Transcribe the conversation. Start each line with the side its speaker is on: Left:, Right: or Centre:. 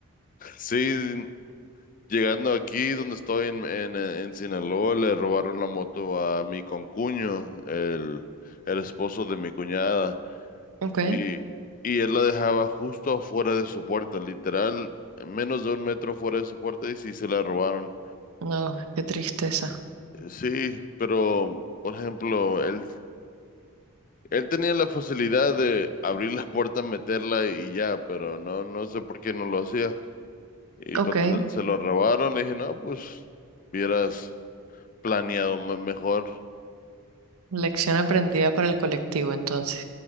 Left: <laughs> sí, Llegando aquí donde estoy en, en, en Sinaloa, le robaron la moto a mi concuño, el, el esposo de mi cuñada,
Right: Ok,
Left: y, y él la dejaba justo afuera de su puerta, literal, menos de un metro fuera de su puerta, y sí se la robaron.
Right: no, qué tristeza.
Left: Sí, pero, por ejemplo, él, él tenía la facilidad de abrir la puerta, meterla y ya, pero no, no sé por qué no lo hacía. Y
Right: Ok.
Left: cuando se, se lo robaron, le dije, no, pues, hubieras planeado me- mejor.
Right: Lección aprendida para el colectivo, entonces.